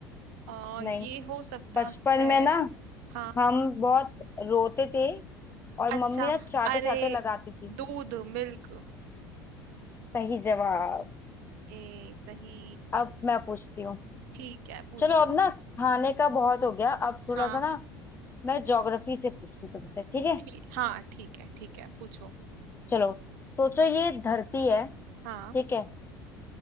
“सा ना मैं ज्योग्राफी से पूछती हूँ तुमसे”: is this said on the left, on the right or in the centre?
Left